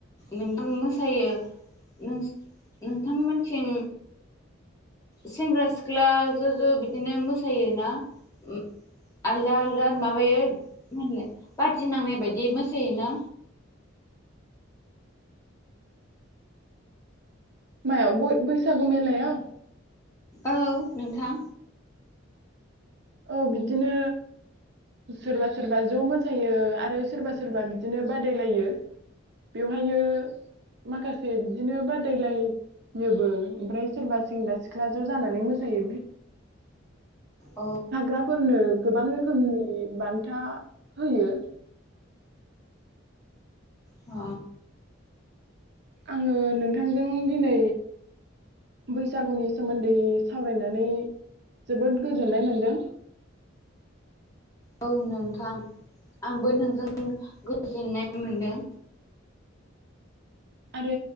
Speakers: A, on the left (about 15°); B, on the right (about 60°).
A: नोंथां मोसायो नोंस नोंथांमोनथिं सेंग्रा सिख्ला ज' ज' बिदिनो मोसायोना उम आलदा आलदा माबायो माहोनलाय बादि नांनाय बायदि मोसायोना
B: मायाव बय बैसागु मेलायाव
A: औ नोंथां
B: औ बिदिनो सोरबा सोरबा ज' मोसायो आरो सोरबा सोरबा बिदिनो बादायलायो बेवहायो माखासे बिदिनो बादायलायोबो ओमफ्राय सोरबा सेंग्रा सिख्ला ज' जानानै मोसायो बि
A: अ
B: ग्राफोरनो गोबां रोखोमनि बान्था होयो
A: अ
B: आङो नोंथांजों दिनै बैसागुनि सोमोन्दै सावरायनानै जोबोद गोजोननाय मोनदों
A: औ नोंथां आंबो नोंजों गोजोननाय मोनदों
B: आरो